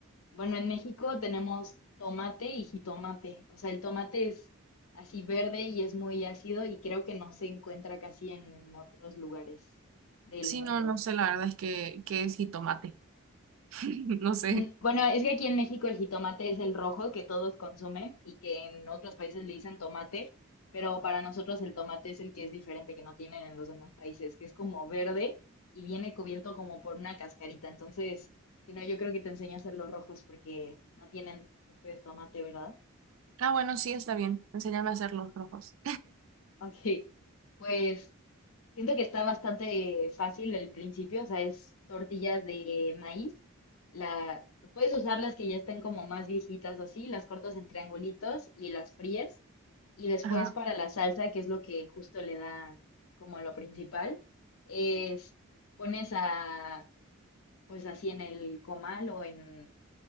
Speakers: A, on the left; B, on the right.
A: Bueno, en México tenemos tomate y jitomate. O sea, el tomate es así verde y es muy ácido y creo que no se encuentra casi en otros lugares del
B: Sí,
A: mundo.
B: no, no sé, la verdad es que, que es jitomate. <laughs> No sé.
A: Sin- bueno, es que aquí en México el jitomate es el rojo que todos consumen y que en otros países le dicen tomate, pero para nosotros el tomate es el que es diferente, que no tienen en los demás países, que es como verde y viene cubierto como por una cascarita. Entonces, si no, yo creo que te enseño a hacer los rojos porque no tienen ustedes tomate, ¿verdad?
B: Ah, bueno, sí, está bien. Enséñame a hacer los rojos.
A: Ok, pues siento que está bastante fácil el principio, o sea, es tortillas de maíz. La, puedes usar las que ya estén como más viejitas o así, las cortas en triangulitos y las fríes. Y después
B: <laughs> Ajá.
A: para la salsa, que es lo que justo le da como lo principal, es pones a, pues así en el comal o en,